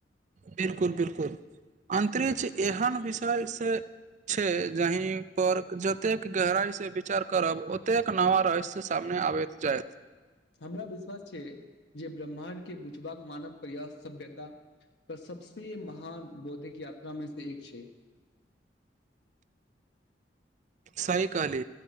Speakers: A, on the right; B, on the left.
A: बिल्कुल बिल्कुल अन्तरिक्ष एहन विषयसँ छै जहि पर जतेक गहराइ से विचार करब ओतेक नवा रहस्य शामि आबैत जायत
B: हमरा विश्वास छै जे ब्रह्माण्डके बुझबाक मानव प्रयास सभ्यता क सबसे महान बौद्धिक यात्रामे से एक छै <unintelligible>
A: सही कहली